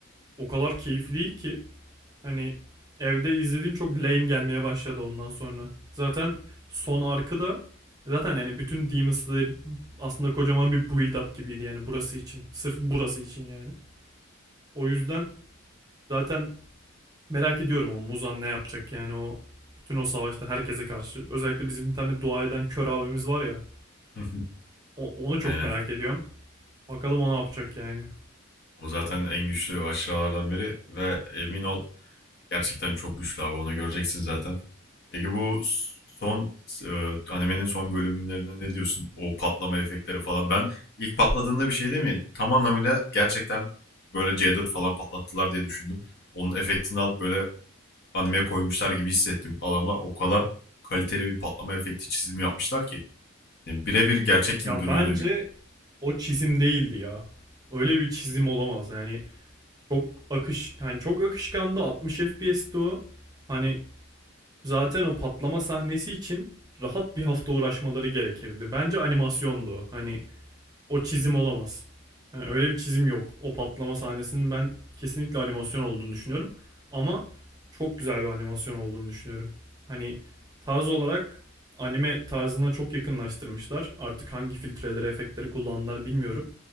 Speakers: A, on the right; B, on the left.
A: O kadar keyifli değil ki hani evde izlediğim çok lame gelmeye başladı ondan sonra. Zaten son arkı da zaten yani bütün Demon Slayer aslında kocaman bir build up gibiydi yani burası için. Sırf burası için yani. O yüzden zaten Merak ediyorum o Muzan ne yapacak yani o bütün o savaşta herkese karşı. Özellikle bizim bir tane dua eden kör abimiz var ya.
B: <laughs>
A: o- onu çok
B: Aynen.
A: merak ediyorum. Bakalım o ne yapacak yani.
B: O zaten en güçlü aşıralardan biri ve emin ol gerçekten çok güçlü abi onu göreceksin zaten. Peki bu son e, animenin son bölümlerine ne diyorsun? O patlama efektleri falan. Ben ilk patladığında bir şey değil mi? Tam anlamıyla gerçekten böyle C4 falan patlattılar diye düşündüm. Onun efektini alıp böyle animeye koymuşlar gibi hissettim. Adamlar o kadar kaliteli bir patlama efekti çizimi yapmışlar ki. Yani birebir gerçek gibi
A: Ya
B: duruyordu.
A: bence o çizim değildi ya. Öyle bir çizim olamaz. Yani çok akış yani çok akışkandı 60 FPS'ti o. Hani zaten o patlama sahnesi için rahat bir hafta uğraşmaları gerekirdi. Bence animasyondu o. Hani o çizim olamaz. Yani öyle bir çizim yok. O patlama sahnesinin ben kesinlikle animasyon olduğunu düşünüyorum. Ama çok güzel bir animasyon olduğunu düşünüyorum. Hani tarz olarak anime tarzına çok yakınlaştırmışlar. Artık hangi filtreleri, efektleri kullandılar bilmiyorum.